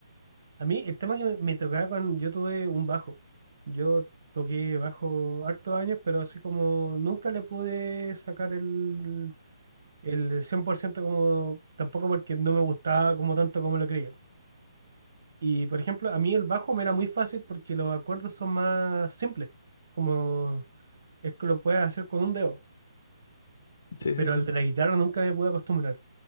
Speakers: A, on the right; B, on the left.
A: A mí, el tema que me me tocaba cuando yo tuve un bajo. Yo toqué bajo hartos años, pero así como nunca le pude sacar el. El 100% como tampoco porque no me gustaba como tanto como lo creía. Y por ejemplo, a mí el bajo me era muy fácil porque los acordes son más simples. Como es que lo puedes hacer con un dedo.
B: Sí,
A: Pero
B: sí, sí.
A: el de la guitarra nunca me pude acostumbrar.